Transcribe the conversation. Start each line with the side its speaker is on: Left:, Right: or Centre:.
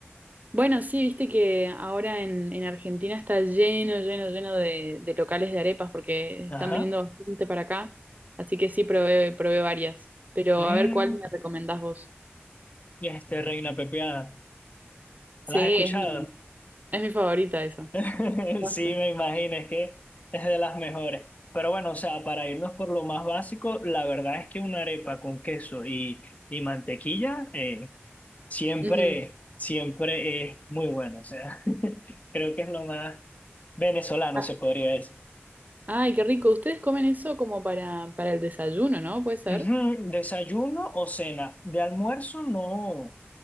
Right: Bueno, sí, viste que ahora en, en Argentina está lleno, lleno, lleno de, de locales de arepas porque
Left: Ajá.
Right: están viniendo bastante para acá. Así que sí, probé, probé varias. Pero
Left: Mm,
Right: a ver cuál me recomendás vos.
Left: y este, reina pepiada.
Right: Sí,
Left: ¿No ¿La has escuchado?
Right: es mi, es mi favorita esa. Me
Left: <laughs>
Right: encanta.
Left: Sí, me imagino, es que es de las mejores. Pero bueno, o sea, para irnos por lo más básico, la verdad es que una arepa con queso y, y mantequilla eh, siempre,
Right: Ujú.
Left: siempre es muy bueno. O sea, <laughs> creo que es lo más venezolano,
Right: Ah,
Left: se podría decir.
Right: Ay, qué rico. Ustedes comen eso como para, para el desayuno, ¿no? ¿Puede ser?
Left: Ujú, Desayuno o cena. De almuerzo no,